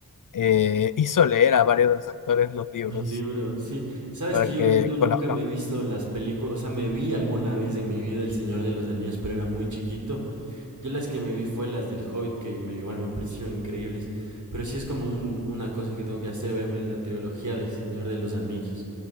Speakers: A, on the left (about 60°); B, on the right (about 55°).
A: eh, hizo leer a varios de los actores los libros
B: El libro, sí. Sabes
A: para
B: que yo,
A: que
B: n- yo nunca
A: conozcan.
B: me he visto las películas, o sea, me vi alguna vez en mi vida El Señor de los Anillos, pero era muy chiquito. Yo las que me vi fue las del Hobbit, que me, igual me parecieron increíbles. Pero sí es como un, una cosa que tengo que hacer, verme en la trilogía del Señor de los Anillos.